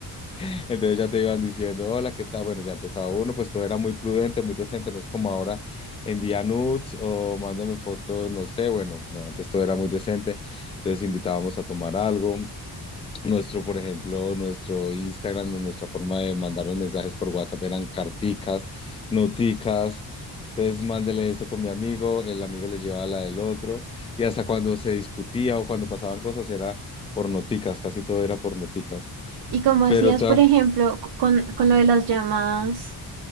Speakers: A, on the left; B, on the right.
A: <laughs> entonces ya te iban diciendo, hola, ¿qué tal? Bueno, ya empezaba uno, pues todo era muy prudente, muy decente, no es como ahora envía nudes o mándame fotos, no sé, bueno, no, antes todo era muy decente, entonces invitábamos a tomar algo, nuestro, por ejemplo, nuestro Instagram o nuestra forma de mandarnos mensajes por WhatsApp eran carticas, noticas. Entonces, mándele esto con mi amigo, el amigo le llevaba la del otro. Y hasta cuando se discutía o cuando pasaban cosas era por noticas, casi todo era por noticas.
B: ¿Y cómo hacías,
A: Pero te...
B: por
A: va-
B: ejemplo, c- con, con lo de las llamadas?